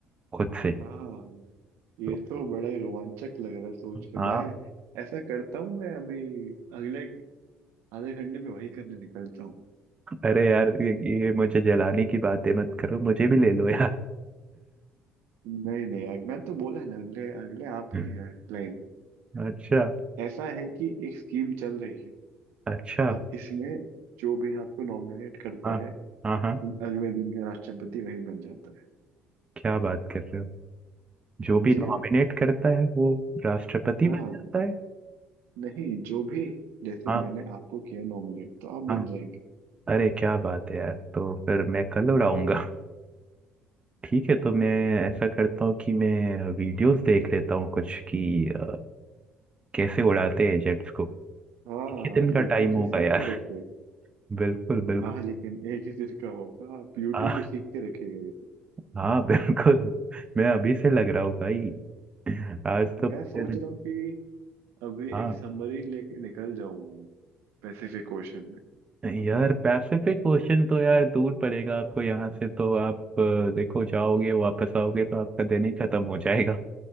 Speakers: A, on the right; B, on the right.
A: खुद से
B: हाँ ये
A: तो
B: तो बड़ा ही रोमांचक लग रहा है सोच के
A: हाँ
B: मैं ऐसा करता हूँ मैं अभी अगले आधे घंटे में वही करने निकलता हूँ
A: अरे यार ये, ये मुझे जलाने की बातें मत करो मुझे भी ले लो यार
B: नहीं नहीं अग- मैं तो बोला ना अगले अगले आप
A: <laughs>
B: ही है लाइन
A: अच्छा
B: ऐसा है कि एक स्कीम चल रही है
A: अच्छा
B: और इसमें जो भी आपको नॉमिनेट करता
A: हाँ
B: है
A: हाँ हाँ
B: अगले दिन का राष्ट्रपति वही बन जाता है
A: क्या बात कर रहे हो जो भी
B: जी
A: नॉमिनेट
B: भाई
A: करता है वो राष्ट्रपति
B: हाँ
A: बन जाता है
B: नहीं जो भी जैसे
A: हाँ
B: मैंने आपको किया नॉमिनेट तो आप
A: हाँ
B: बन जाएंगे
A: अरे क्या बात है यार तो फिर मैं कल उड़ाऊंगा <laughs> ठीक है तो मैं ऐसा करता हूँ कि मैं वीडियोस देख लेता हूँ कुछ कि अ, कैसे उड़ाते हैं जेट्स को
B: हाँ
A: कितने
B: आप
A: दिन
B: यूट्यूब
A: का टाइम
B: से
A: होगा
B: सीख
A: यार
B: के
A: <laughs>
B: रखिएगा
A: बिल्कुल बिल्कुल
B: हाँ लेकिन एक ही दिन का होगा आप यूट्यूब
A: हाँ
B: से सीख के रखिएगा ये सब
A: हाँ <laughs> बिल्कुल मैं अभी से लग रहा हूँ भाई आज तो पूरे
B: मैं सोच
A: दिन-
B: रहा हूँ कि अभी
A: हाँ
B: एक समरी लेके निकल जाऊं Pacific ocean
A: यार पैसिफिक ओशन तो यार दूर पड़ेगा आपको यहाँ से तो आप अ, देखो जाओगे वापस आओगे तो आपका दिन ही खत्म हो जाएगा